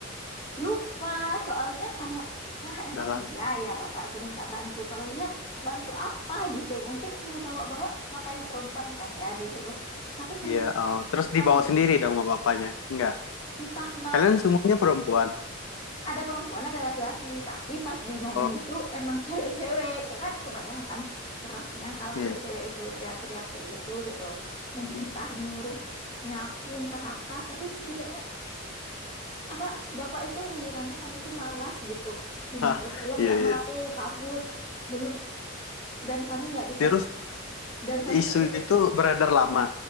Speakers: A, on the left; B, on the left.
A: lupa soalnya kayak ah emang
B: Dalam
A: iya ya bapak itu minta bantu. Kalau iya bantu apa gitu. Mungkin kalau bawa-bawa ngapain perempuan kan ya disuruh. Tapi kayak
B: Iya, oh. Terus
A: kalau
B: dibawa sendiri dong sama bapaknya. Enggak.
A: entah mau
B: Kalian semuanya perempuan.
A: ada perempuan ada laki-laki tapi pas di momen
B: Oh,
A: itu emang cewek-cewek Ke- kan kebayangkan kerasnya kalau
B: iya.
A: cewek-cewek itu teriak-teriak kayak gitu gitu mungkin
B: Hmm.
A: entah nyuruh nyapu entah apa tapi setidaknya apa bapak itu ngiranya kami itu malas gitu diminta
B: Hah,
A: tolong
B: Iya,
A: nggak
B: iya.
A: mau kabur belum dan kami nggak dikasih
B: Terus
A: dan kami
B: isu
A: nggak dikasih
B: itu beredar lama.